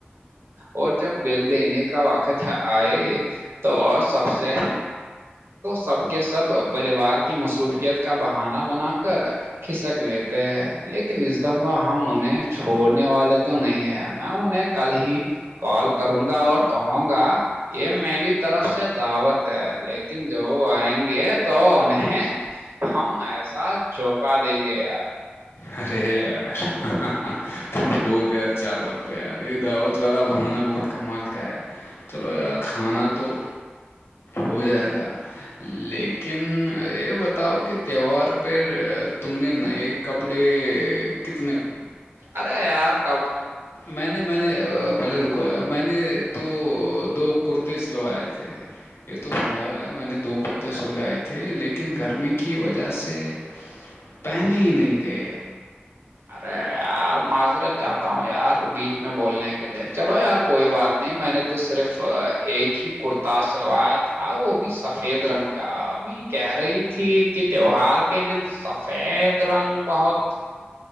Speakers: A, on the right; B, on the left.
A: اور جب بل دینے کا وقت آئے تو سب سے تو سب کے سب پریوار کی مصروفیت کا بہانا بنا کر کھسک لیتے لیکن اس دفعہ ہم انہیں چھوڑنے والے تو نہیں ہیں میں انہیں کل ہی کال کروں گا اور کہوں گا یہ میری طرف سے دعوت ہے لیکن جو آئیں گے تو انہیں ہم ایسا چوکا دیں گے یار
B: ارے یار تم بہت یار چالک ہو یار یہ دعوت والا بہانا بہت کمال کا ہے چلو یار کھانا تو ہو جائے گا لیکن یہ بتاؤ کہ تہوار پہ تم نے نئے کپڑے کتنے بند
A: ارے یار کبڑ
B: میں نے میں نے پہلے رکویا میں نے تو دو کرتے سلوائے تھے یہ تو سمجھاؤ یار میں نے دو کتے سرگائے تھے لیکن گرمی کی وجہ سے پہنے ہی نہیں گئے
A: ارے یار معذرت چاہتا ہوں یار بیچ میں بولنے کے لیے چلو یار کوئی بات نہیں میں نے تو صرف ایک ہی کرتا سلوایا تھا وہ بھی سفید رنگ کا اب کہہ رہی تھی کہ تیوار کے دن سفید رنگ بہت